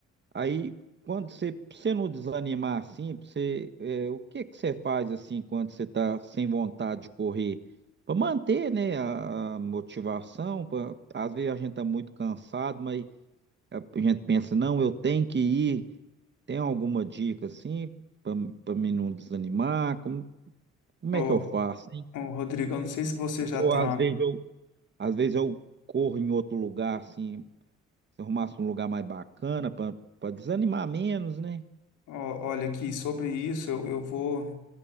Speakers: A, on the right; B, on the left.
A: Aí, quando você, pra você não desanimar assim, pra você, é, o que que você faz assim quando você tá sem vontade de correr? para manter, né, a, a motivação, pra- às vezes a gente tá muito cansado, mas a gente pensa, não, eu tenho que ir. Tem alguma dica assim para para mim não desanimar? Como, como
B: Ô,
A: é que eu faço, hein?
B: ô, Rodrigo, eu não sei se você já
A: Ou
B: tem
A: às
B: uma.
A: vezes eu Às vezes eu corro em outro lugar, assim, se eu arrumasse um lugar mais bacana para desanimar menos, né?
B: ó, olha aqui, sobre isso eu, eu vou